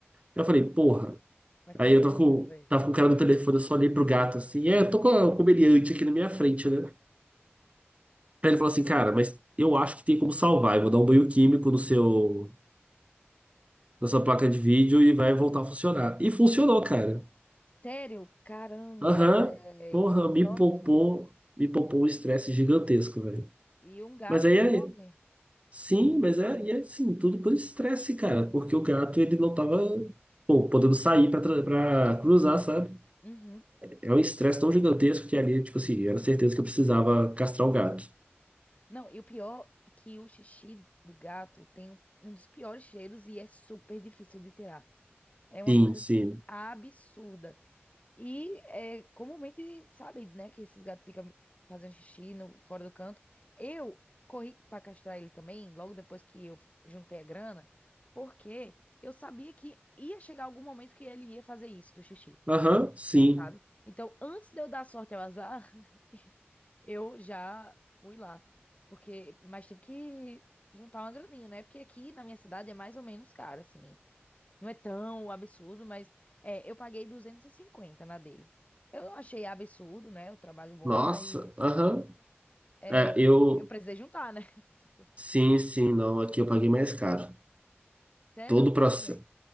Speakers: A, on the right (about 30°); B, on the left (about 35°).
A: Eu falei, porra.
B: Putz, Não acredito,
A: Aí eu tava com,
B: velho.
A: tava com o cara no telefone, eu só olhei pro gato assim, é, eu tô com a- o comediante aqui na minha frente, né? Aí ele falou assim, cara, mas eu acho que tem como salvar. Eu vou dar um banho químico no seu. da sua placa de vídeo e vai voltar a funcionar. E funcionou, cara.
B: Sério? Caramba,
A: Aham,
B: velho,
A: porra,
B: que sorte.
A: me poupou, me poupou um estresse gigantesco, velho.
B: E um gasto
A: Mas aí,
B: enorme.
A: aí, sim, mas é, e é sim, tudo por estresse, cara, porque o gato ele não tava, pô, podendo sair pra, tra- pra cruzar, sabe?
B: Uhum.
A: É um estresse tão gigantesco que ali, tipo assim, era certeza que eu precisava castrar o gato.
B: Não, e o pior é que o xixi do gato tem um um dos piores cheiros e é super difícil de tirar. É uma
A: Sim,
B: coisa
A: sim.
B: assim absurda. E é comumente sabe, né, que esses gatos ficam fazendo xixi no, fora do canto. Eu corri para castrar ele também, logo depois que eu juntei a grana, porque eu sabia que ia chegar algum momento que ele ia fazer isso do xixi.
A: Aham, sim.
B: sabe? Então, antes de eu dar sorte ao azar, <laughs> eu já fui lá. Porque, mas tive que juntar uma graninha, né? Porque aqui na minha cidade é mais ou menos caro, assim. Não é tão absurdo, mas é, eu paguei 250 na dele. Eu não achei absurdo, né? O trabalho bom,
A: Nossa,
B: mas
A: aham.
B: é,
A: É, eu.
B: eu precisei juntar, né? <laughs>
A: Sim, sim, não. Aqui eu paguei mais caro.
B: Sério?
A: Todo
B: Quanto
A: o processo.
B: foi?